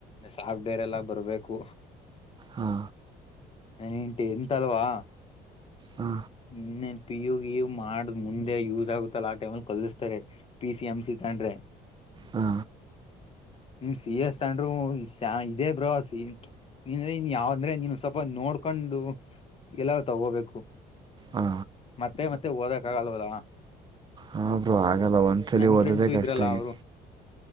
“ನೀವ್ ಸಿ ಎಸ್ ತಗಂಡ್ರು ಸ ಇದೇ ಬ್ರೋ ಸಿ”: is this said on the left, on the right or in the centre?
Left